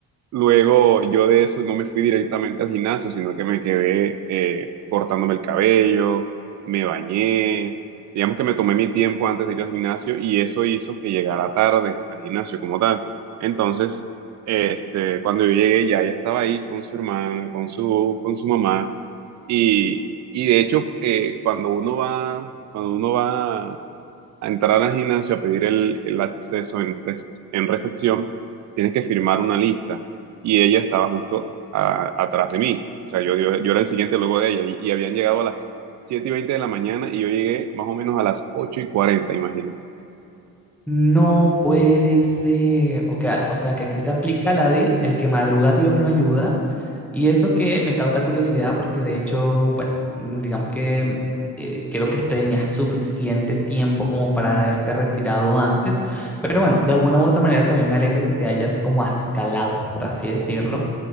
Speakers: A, on the right; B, in the centre.
A: Luego yo de eso no me fui directamente al gimnasio, sino que me quedé eh, cortándome el cabello, me bañé, digamos que me tomé mi tiempo antes de ir al gimnasio y eso hizo que llegara tarde al gimnasio como tal. Entonces, este, cuando yo llegué ya ella estaba ahí con su hermana, con su, con su mamá y, y de hecho eh, cuando uno va, cuando uno va a entrar al gimnasio, a pedir el, el acceso en, recep- en recepción, tienes que firmar una lista. Y ella estaba justo a- atrás de mí. O sea, yo, yo, yo era el siguiente luego de ella. Y, y habían llegado a las 7 y 20 de la mañana y yo llegué más o menos a las ocho y cuarenta imagínate.
B: No puede ser, o que- o sea, que aquí se aplica la de el que madruga Dios lo ayuda. Y eso que me causa curiosidad porque de hecho, pues, mm, digamos que eh, creo que tenías suficiente tiempo como para haberte retirado antes, pero bueno, de alguna u otra manera también me alegra que te hayas como acicalado, por así decirlo,